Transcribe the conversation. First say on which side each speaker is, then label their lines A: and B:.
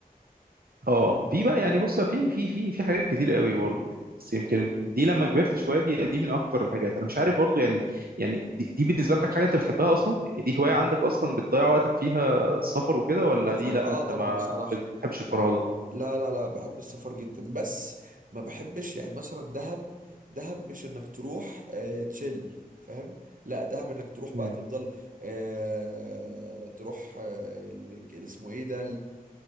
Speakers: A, on the right (about 80°); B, on the right (about 60°).
A: اه في بقى يعني بص في في في في حاجات كتير قوي برضه يعني بس يمكن
B: اه
A: دي لما كبرت شويه دي دي من اكتر الحاجات انا مش عارف برضه يعني يعني دي, دي بالنسبه لك حاجه انت بتحبها اصلا يعني دي هوايه عندك اصلا بتضيع وقتك فيها السفر وكده ولا
B: سفر
A: دي لا
B: اه
A: انت
B: طبعا
A: ما
B: الصراحة
A: بتحبش الفرهده
B: انا لا لا لا بحب السفر جدا بس ما بحبش يعني مثلا دهب دهب مش انك تروح آه تشيل فاهم لا دهب انك تروح
A: مم.
B: بقى تفضل آه تروح آه ال- اسمه ايه ده